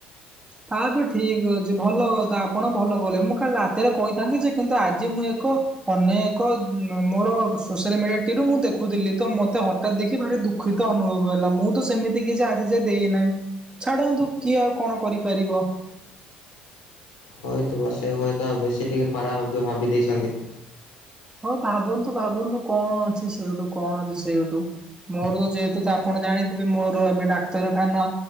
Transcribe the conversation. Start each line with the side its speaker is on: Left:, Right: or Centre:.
Right: ତା ବି ଠିକ ଅଛି, ଭଲ କଥା, ଆପଣ ଭଲ କହିଲେ, ମୁଁ କାଲି ରାତିରେ କହିଥାନ୍ତି ଯେ କିନ୍ତୁ ଆଜି ମୁଁ ଏକ ଅନ୍ୟ ଏକ ମୋର ସୋସିଆଲ ମିଡିଆ ଟି ରୁ ମୁଁ ଦେଖୁଥିଲି, ତ ମତେ ହ ଟା ଦେଖି ଭାରି ଦୁଃଖିତ ଅନୁଭବ ହେଲା, ମୁଁ ତ ସେମିତି କିଛି ଆଜି ଯାଏଁ ଦେଇନାହିଁ। ଛାଡନ୍ତୁ କିଏ ଆଉ କଣ କରିପାରିବ?
Left: ହଉଥିବ, ସେ ହୁଏତ ବେଶୀ ଟିକେ ଖରାପ ଭାବି ଦେଇଚନ୍ତି।
Right: ହଁ ଭାବନ୍ତୁ, ଭାବନ୍ତୁ, କଣ ଅଛି ସେଠୁ, କଣ ଅଛି ସେଇଠୁ? ମୋର ତ ଯେହେତୁ ତ ଆପଣ ଜାଣିଥିବେ, ମୋର ଏବେ ଡାକ୍ତରଖାନା